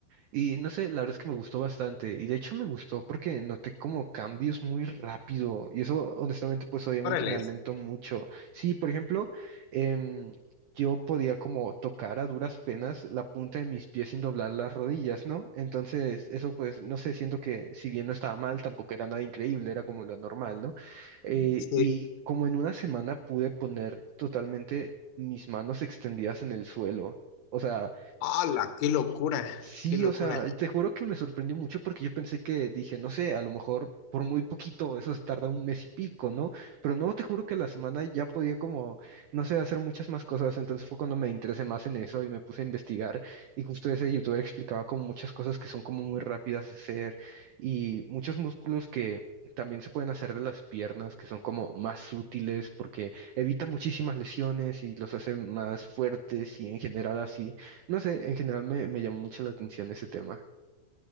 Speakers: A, on the right; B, on the left.
A: Y no sé, la verdad es que me gustó bastante. Y de hecho me gustó porque noté como cambios muy rápido. Y eso, honestamente, pues obviamente
B: Órale.
A: me alentó mucho. Sí, por ejemplo, em, yo podía como tocar a duras penas la punta de mis pies sin doblar las rodillas, ¿no? Entonces, eso pues, no sé, siento que si bien no estaba mal, tampoco era nada increíble, era como lo normal, ¿no? Eh,
B: Sí.
A: y como en una semana pude poner totalmente mis manos extendidas en el suelo. O sea,
B: ¡Hala! ¡Qué locura!
A: Sí,
B: ¡Qué locura!
A: o sea, te juro que me sorprendió mucho porque yo pensé que dije, no sé, a lo mejor por muy poquito, eso se tarda un mes y pico, ¿no? Pero no, te juro que la semana ya podía como, no sé, hacer muchas más cosas, entonces fue cuando me interesé más en eso y me puse a investigar y justo ese youtuber explicaba como muchas cosas que son como muy rápidas de hacer y muchos músculos que... También se pueden hacer de las piernas, que son como más útiles porque evita muchísimas lesiones y los hace más fuertes y en general así. No sé, en general me, me llamó mucho la atención ese tema.